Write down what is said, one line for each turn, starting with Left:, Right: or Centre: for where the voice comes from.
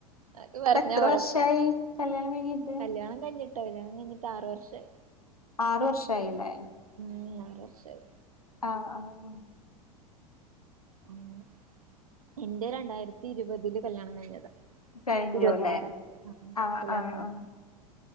Right: അത് പറഞ്ഞ
Left: ഇപ്പ എത്ര
Right: വഴക്കാ
Left: വർഷായി കല്യാണം കഴിഞ്ഞിട്ട്
Right: കല്യാണം കഴിഞ്ഞിട്ട് ട്ട് കല്യാണം കഴിഞ്ഞിട്ട് ആറ് വർഷായി
Left: ആറ് വർഷായീലേ?
Right: ഉം ആറ് വർഷായി
Left: ആഹ് ആഹ്
Right: അങ്ങനെ എന്റെ രണ്ടായിരത്തി ഇരുവതില് കല്യാണം കഴിഞ്ഞതാ
Left: കഴിഞ്ഞുല്ലേ
Right: ഇരുപത്താറ് <unintelligible> ഉം
Left: ആഹ്
Right: കല്യാണം
Left: ആഹ്
Right: കഴിഞ്ഞിട്ട്
Left: ആഹ്